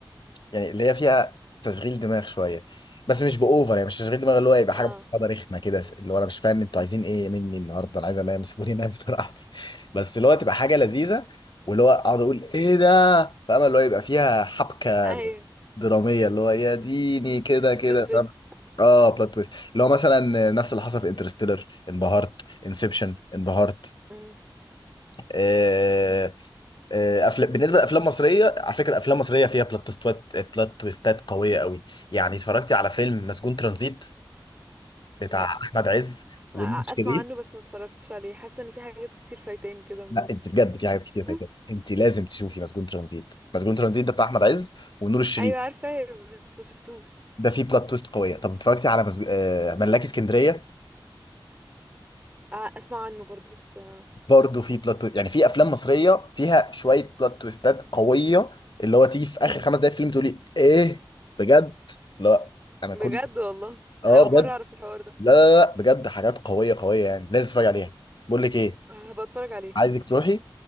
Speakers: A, on the left; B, on the right.
A: يعني اللي هي فيها تشغيل دماغ شويه بس مش باوفر يعني مش تشغيل دماغ اللي هو يبقى حاجه
B: اه
A: معقده رخمه كده اللي هو انا مش فاهم انتوا عايزين ايه مني النهارده انا عايز انام سيبوني انام <laughs> براحتي بس اللي هو تبقى حاجه لذيذه واللي هو اقعد اقول ايه ده فاهم اللي هو يبقى فيها حبكه
B: ايوه
A: دراميه اللي هو يا ديني
B: <laughs>
A: كده كده
B: بلو تويست
A: فاهم اه بلوت تويست اللي هو مثلا نفس اللي حصل في انترستيلر انبهرت انسبشن انبهرت
B: مم.
A: آه، آه، افلام بالنسبه لافلام مصريه على فكره افلام مصريه فيها بلوت تويستات بلوت تويستات قويه قوي يعني اتفرجتي على فيلم مسجون ترانزيت بتاع
B: لا
A: احمد عز ونور
B: أ- اسمع
A: شريف
B: عنه بس ما اتفرجتش عليه حاسة ان في حاجات كتير فايتاني كده
A: لا انت بجد في
B: <laughs>
A: حاجات كتير فاتت انت لازم تشوفي مسجون ترانزيت مسجون ترانزيت ده بتاع احمد عز ونور الشريف
B: ايوه عارفه بس ما شفتوش
A: ده فيه بلوت تويست قويه طب اتفرجتي على مزج... آه، ملاكي اسكندريه
B: ع- اسمع عنه برضو بس آه،
A: برضه فيه بلوت تويست يعني في افلام مصريه فيها شويه بلوت تويستات قويه اللي هو تيجي في اخر خمس دقايق فيلم تقولي ايه بجد لا انا
B: بجد
A: كل
B: والله
A: اه
B: انا اول مره
A: بجد
B: اعرف الحوار ده
A: لا لا لا بجد حاجات قويه قويه يعني لازم تتفرج عليها بقول لك ايه
B: هبقى اتفرج عليه
A: عايزك تروحي